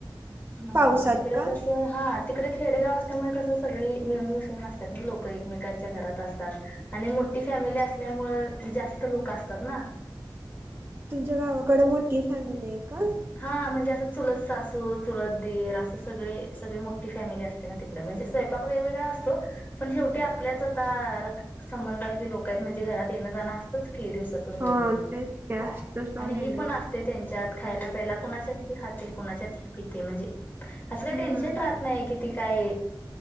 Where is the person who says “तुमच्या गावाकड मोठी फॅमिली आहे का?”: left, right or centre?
Right